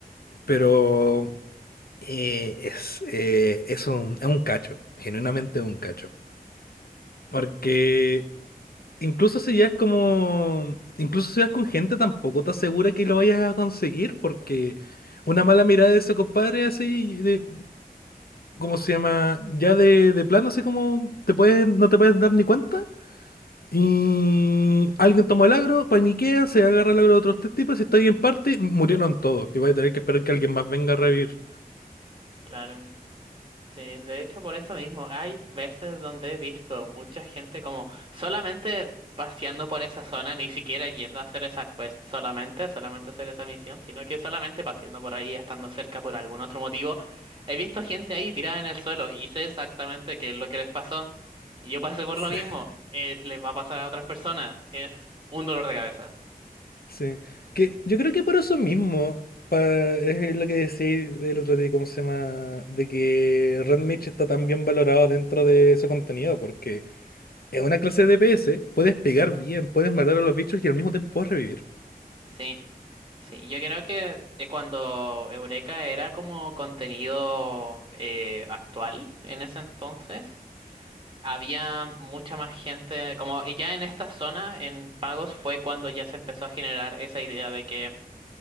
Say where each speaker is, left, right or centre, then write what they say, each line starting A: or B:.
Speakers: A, on the left; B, on the right.
A: Pero eh, es, eh, es un, es un cacho, genuinamente un cacho. Porque incluso si ya es como, incluso si vas con gente, tampoco te asegura que lo vayas a conseguir, porque una mala mirada de ese compadre así, de, ¿cómo se llama? Ya de, de plano, así como te puedes, no te puedes dar ni cuenta. Y alguien tomó el agro, paniquea, se agarra el agro de otros tres tipos y está ahí en parte, murieron todos. Y voy a tener que esperar que alguien más venga a revivir.
B: Claro. Sí, de hecho por eso mismo, hay veces donde he visto mucha gente como solamente paseando por esa zona, ni siquiera yendo a hacer esa quest solamente, solamente hacer esa misión, sino que solamente paseando por ahí, estando cerca por algún otro motivo, he visto gente ahí tirada en el suelo y sé exactamente qué es lo que les pasó. Y yo pasé por
A: <laughs>
B: lo mismo, eh, les va a pasar a otras personas, es un dolor de cabeza.
A: Sí, que yo creo que por eso mismo, pa- es lo que decíais del otro día, ¿cómo se llama? De que Red Mitch está tan bien valorado dentro de ese contenido, porque es una clase de DPS, puedes pegar bien, puedes matar a los bichos y al mismo tiempo puedes revivir.
B: Sí, Sí, yo creo que eh, cuando Eureka era como contenido eh, actual en ese entonces, había mucha más gente, como y ya en esta zona, en pagos, fue cuando ya se empezó a generar esa idea de que